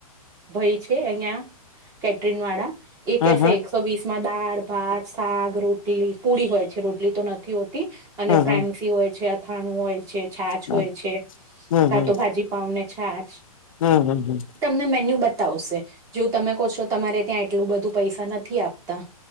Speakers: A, on the right (about 15°); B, on the left (about 60°).
A: ભઈ છે અહિયાં કેટરીનવાળા એ
B: હમ
A: કેશે
B: હમ
A: તો વીસ માં દાળ ભાત શગ રોટલી પૂડી હોય છે રોટલી તો નથી હોતી. અને
B: હમ
A: ફ્રાન્સી હોય છે અથાણું હોય છે છાછ
B: હમ
A: હોય છે
B: હમ હમ
A: કા તો ભાજી પાવને છાછ.
B: હમ હમ હમ.
A: તમને મેન્યુ બતાવશે જેવું તમે કહો છો તમારે ત્યાં એટલું બધું પૈસા નથી આપતા.